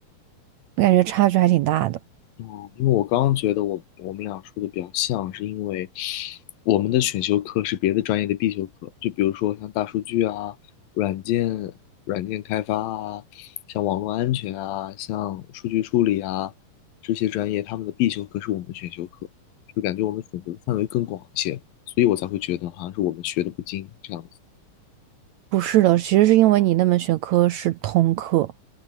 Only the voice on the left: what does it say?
哦，因为我刚刚觉得我我们俩说的比较像，是因为我们的选修课是别的专业的必修课，就比如说像大数据啊、软件、软件开发啊、像网络安全啊、像数据处理啊这些专业，他们的必修课是我们的选修课，就感觉我们选择的范围更广一些，所以我才会觉得好像是我们学的不精这样子。